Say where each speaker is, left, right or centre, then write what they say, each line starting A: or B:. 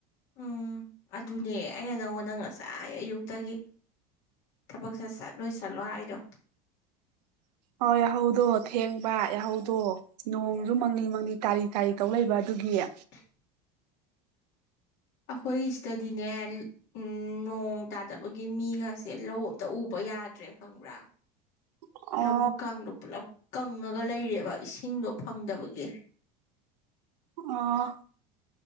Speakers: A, on the left (about 60°); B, on the right (about 85°).
A: ꯎꯝ ꯑꯗꯨꯅꯦ ꯑꯩ ꯅꯪꯉꯣꯟꯗꯪ ꯉꯁꯥꯏ ꯑꯌꯨꯛꯇꯒꯤ ꯊꯕꯛꯁꯦ ꯆꯠꯂꯣꯏ ꯆꯠꯂꯣ ꯍꯥꯏꯗꯣ
B: ꯑꯣ ꯌꯥꯍꯧꯗꯣ ꯊꯦꯡꯕ ꯌꯥꯍꯧꯗꯣ ꯅꯣꯡꯁꯨ ꯃꯪꯅꯤ ꯃꯪꯅꯤ ꯇꯥꯔꯤ ꯇꯥꯔꯤ ꯇꯧ ꯂꯩꯕ ꯑꯗꯨ ꯇꯌꯥ
A: <unintelligible> ꯑꯩꯈꯣꯏ ꯁꯤꯗꯗꯤꯅꯦ ꯎ ꯅꯣꯡ ꯇꯥꯗꯕꯒꯤ ꯃꯤꯒꯁꯦ ꯂꯧ ꯑꯇ ꯎꯕ ꯌꯥꯗ꯭ꯔꯦ ꯈꯪꯕ꯭ꯔꯥ
B: ꯑꯣ
A: ꯂꯧꯕꯨꯛ ꯀꯥꯡꯗꯣ ꯄꯨꯜꯂꯞ ꯀꯪꯉꯒ ꯂꯩꯔꯦꯕ ꯏꯁꯤꯡꯗꯣ ꯐꯪꯗꯕꯒꯤ
B: ꯑꯣ